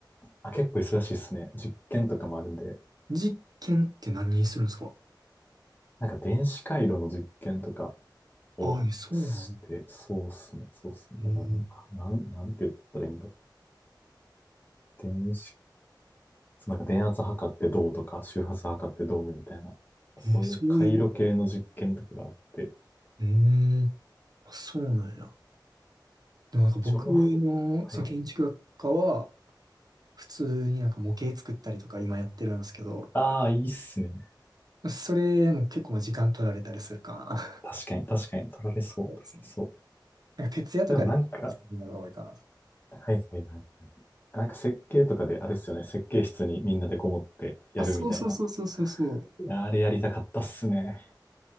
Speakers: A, on the left (about 25°); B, on the right (about 55°).
A: あ、結構忙しいっすね。実験とかもあるんで。
B: 実験って何するんですか
A: なんか電子回路の実験とかをして、
B: ああ、えそうなの
A: そうっすね、そうっすね。
B: えー
A: だからなん、なん、なんて言ったらいいんだろう。電子、そうなんか電圧測ってどうとか、周波数測ってどうみたいな、そういう回路系の実験とかがあって、
B: えーそういう。うーん。あそうなんや。でもなんか僕のその建築学科は、
A: 情報、はい。
B: 普通になんか模型作ったりとか今やってるんですけど、
A: ああ、いいっすね。
B: それも結構まあ時間取られたりするかな。
A: 確かに、
B: <laughs>
A: 確かに、取られそう、
B: そうですね
A: 取られそ
B: <laughs> なんか徹夜とかでやるのが多いかな。
A: う。でもなんか、はいはいはい。なんか設計とかであれっすよね。設計室にみんなでこもってやるみたいな。
B: あ、そうそうそうそうそうそう。
A: いや、あれやりたかったっすね。